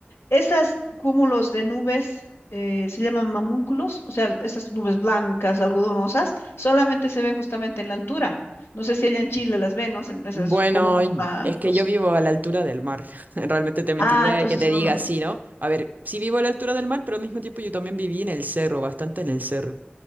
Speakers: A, on the left (about 85°); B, on the right (about 45°).
A: Esas cúmulos de nubes eh, se llaman mamúnculos, o sea, esas nubes blancas, algodonosas, solamente se ven justamente en la altura. No sé si allá en Chile las ven, ¿no? Se- Esos
B: Bueno,
A: cúmulos blancos.
B: es que yo vivo a la altura del mar. <laughs> Realmente te mentiría
A: Ah, entonces
B: que te
A: no
B: diga
A: lo ves.
B: así, ¿no? A ver, sí vivo a la altura del mar, pero al mismo tiempo yo también viví en el cerro, bastante en el cerro.